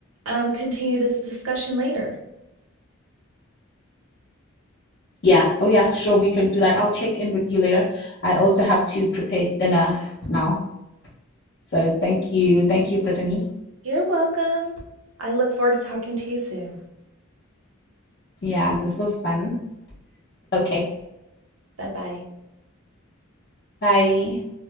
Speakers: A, on the right (about 70°); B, on the left (about 45°).
A: um, continue this discussion later.
B: Yeah. Oh, yeah. Sure. We can do that. I'll check in with you later. I also have to prepare dinner now. So thank you. Thank you, Brittany.
A: You're welcome. I look forward to talking to you soon.
B: Yeah, this was fun. Okay.
A: Bye bye.
B: Bye.